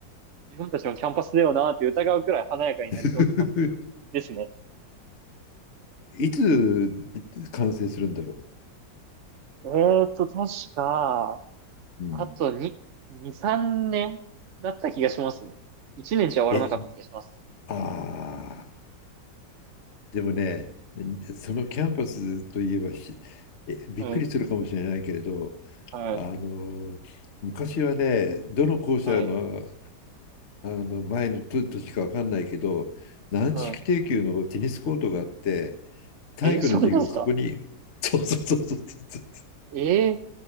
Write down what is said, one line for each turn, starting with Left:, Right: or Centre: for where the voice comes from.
Right: 自分たちのキャンパスだよなって疑うくらい華やかになりそうな感じ
Left: <laughs>
Right: ですね。
Left: いつ完成するんだろ
Right: えーっと、確か、
Left: う。うん、
Right: あと2、2、3年だった気がしますね。1年じゃ終わらなかった気がします。
Left: え、ああ、でもね、そのキャンパスといえばしえ、びっくりするかもしれないけれど、
Right: はい、はい、
Left: あの、昔はね、どの校舎の、
Right: はい、
Left: あの前のととしか分かんないけど、軟式定級のテニスコートがあって、
Right: はい。
Left: 体育の授業、
Right: え、そうなんですか
Left: そこに、<laughs> そうそうそうそうそうそ
Right: ええ